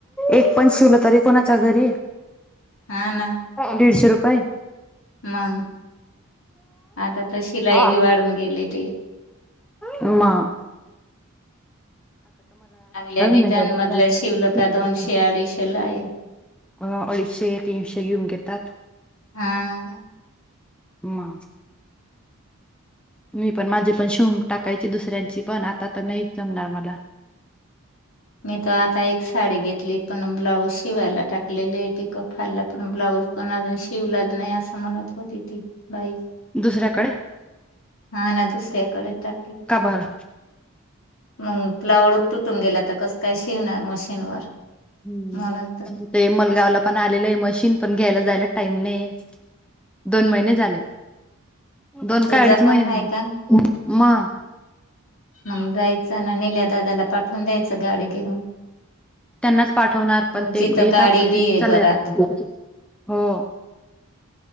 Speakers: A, in the centre; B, on the left (about 65°).
A: एक पण शिवलं तरी कोणाच्या घरी
B: हा ना
A: दीडशे रुपये
B: मग आता तर शिलाई
A: <inaudible>
B: बी वाढून गेलेली.
A: म
B: चांगल्या डिझाईन
A: नाही
B: मधल्या शिवलका दोनशे अडीचशे ला आहे
A: अं अडीचशे तीनशे घेऊन घेतात
B: हा
A: मग मी पण माझे पण शुंग टाकायचे दुसऱ्यांची पण आता तर नाहीच जमणार मला
B: मी त आता एक साडी घेतली पण ब्लाऊज शिवायला टाकलेली ती कफाला पण ब्लाऊज पण अजून शिवलाच नाही असं म्हणत होती ती बाई
A: दुसऱ्याकडे
B: हा दुस्याकडे ट
A: खबर
B: मग आपलावडत तुटून गेल्या तर च काय शिवणार मशीनवर
A: हम्
B: म्हणून तर
A: ते मलगावला पण आलेलं आहे मशीन पण घ्यायला जायला टाईम नाही दोन महिने झाले दोन
B: तुझा
A: का अडीच महिन्याते
B: पण हाय का?
A: म हम
B: मग जायचं ना नल्या दादाला पाठवून द्यायचं गाडी घेऊन
A: त्यांनाच पाठवणार पण
B: तुमची
A: ते
B: तर
A: येतात
B: गाडी
A: पण
B: बी आहे
A: चाले
B: घरात
A: जातात हो